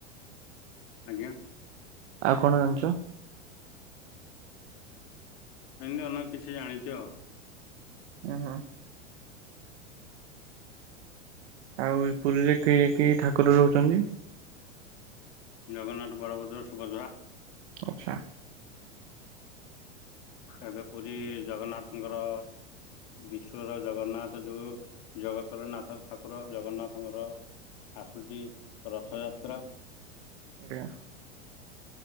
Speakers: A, on the left (about 55°); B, on the right (about 60°).
A: ଆଜ୍ଞା।
B: ଆଉ କଣ ଜାଣିଚ?
A: ଏମିତି ଅନେକ କିଛି ଜାଣିଚି ଆଉ।
B: ଓ ହୋ। ଆଉ ପୁରୀରେ କିଏ କିଏ ଠାକୁର ରହୁଛନ୍ତି?
A: ଜଗନ୍ନାଥ ବଳଭଦ୍ର ସୁଭଦ୍ରା।
B: ଆଚ୍ଛା।
A: ଏବେ ପୁରୀ ଜଗନ୍ନାଥଙ୍କର ବିଶ୍ଵର ଜଗନ୍ନାଥ ଯୋଉ ଜଗତର ନାଥ ଠାକୁର ଜଗନ୍ନାଥଙ୍କର ଆସୁଛି ରଥଯାତ୍ରା।
B: ଆଜ୍ଞା।